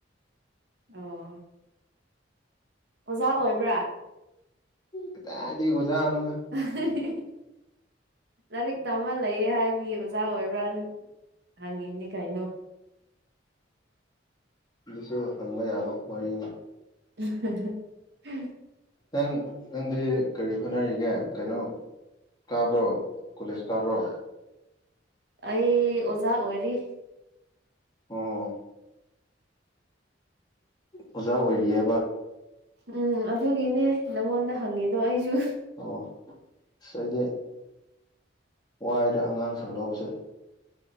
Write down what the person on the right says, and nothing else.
ꯑꯣ ꯑꯣꯖꯥ ꯑꯣꯏꯕ꯭ꯔꯥ
<unintelligible> ꯂꯥꯏꯔꯤꯛ ꯇꯃ ꯂꯩꯌꯦ ꯍꯥꯏꯕꯒꯤ ꯑꯣꯖꯥ ꯑꯣꯏꯕ꯭ꯔꯥꯅ ꯍꯪꯉꯤꯅꯤ ꯀꯩꯅꯣ
<inaudible>
ꯑꯩ ꯑꯣꯖꯥ ꯑꯣꯏꯔꯤ
ꯎꯝ ꯑꯗꯨꯒꯤꯅꯦ ꯅꯪꯉꯣꯟꯗ ꯍꯪꯉꯤꯗꯣ ꯑꯩꯁꯨ